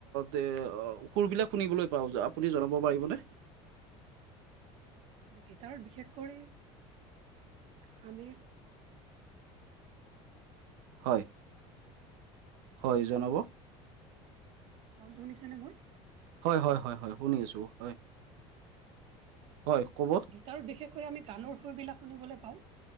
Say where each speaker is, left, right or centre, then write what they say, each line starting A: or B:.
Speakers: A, on the right (about 80°); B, on the right (about 45°).
A: তে অ সুৰবিলাক শুনিবলৈ পাও যে আপুনি জনাব পাৰিবনে?
B: গীটাৰ বিশেষ কৰি খামি
A: হয়ঁ! হয়ঁ জনাব।
B: ছাউণ্ডটো শুনিছেনে মোৰ?
A: হয়ঁ হয়ঁ হয়ঁ হয়ঁ শুনি আছো হয়ঁ হয়ঁ ক'ব।
B: তাৰ বিশেষকৈ আমি গানৰ সুৰবিলাক শুনিবলৈ পাওঁ।